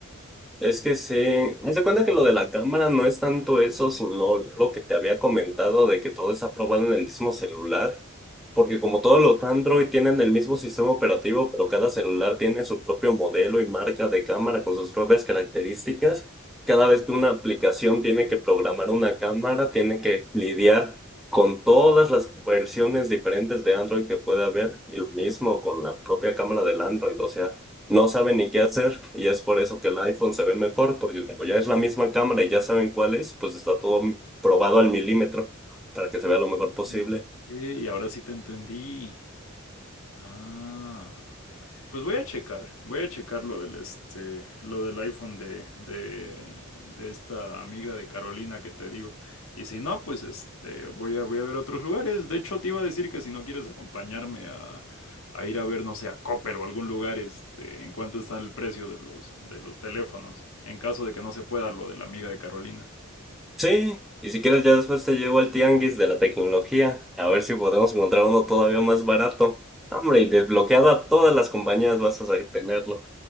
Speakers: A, in the centre; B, on the left.
A: Es que sí, haz de cuenta que lo de la cámara no es tanto eso, sino lo que te había comentado de que todo está probado en el mismo celular, porque como todos los Android tienen el mismo sistema operativo, pero cada celular tiene su propio modelo y marca de cámara con sus propias características, cada vez que una aplicación tiene que programar una cámara, tiene que lidiar con todas las versiones diferentes de Android que pueda haber, y lo mismo con la propia cámara del Android, o sea no saben ni qué hacer y es por eso que el iPhone se ve mejor, porque como ya es la misma cámara y ya saben cuál es, pues está todo probado al milímetro para que se vea
B: Ah,
A: lo mejor posible.
B: ok, Y ahora sí te entendí. Ah. Pues voy a checar, voy a checar lo del este, lo del iPhone de, de, de esta amiga de Carolina que te digo. Y si no, pues este, voy a, voy a ver otros lugares. De hecho, te iba a decir que si no quieres acompañarme a, a ir a ver, no sé, a Coppel o algún lugar, este, en cuánto está el precio de los, de los teléfonos, en caso de que no se pueda lo de la amiga de Carolina.
A: Sí, y si quieres ya después te llevo al tianguis de la tecnología, a ver si podemos encontrar uno todavía más barato. Hombre, y desbloqueado a todas las compañías vas a tenerlo.